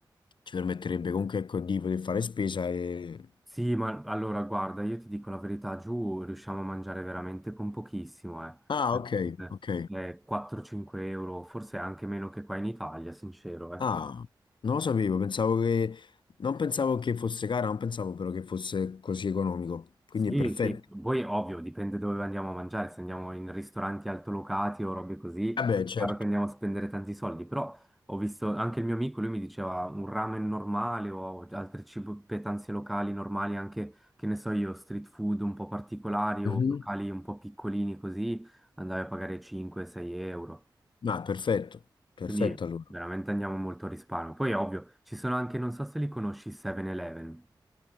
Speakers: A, on the left (about 75°); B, in the centre.
A: ci permetterebbe comunque ecco, di poter fare spesa e...
B: Sì, ma allora guarda, io ti dico la verità, giù riusciamo a mangiare veramente con pochissimo, eh.
A: Ah, ok,
B: Eh,
A: ok.
B: eh, 4-5 euro, forse anche meno che qua in Italia, sincero, eh.
A: Ah, non lo sapevo, pensavo che... Non pensavo che fosse cara, non pensavo però che fosse così economico. Quindi
B: Sì,
A: è perfetto.
B: sì, poi ovvio, dipende dove andiamo a mangiare, se andiamo in ristoranti altolocati o robe così,
A: Vabbè,
B: è
A: certo.
B: chiaro che andiamo a spendere tanti soldi, però ho visto anche il mio amico, lui mi diceva un ramen normale o altre petanze locali normali, anche che ne so io, street food un po' particolari
A: Mhm.
B: o locali un po' piccolini così, andavi a pagare 5-6 euro,
A: Ah, perfetto. Perfetto
B: quindi
A: allora.
B: veramente andiamo molto a risparmio. Poi ovvio, ci sono anche, non so se li conosci, 7-Eleven.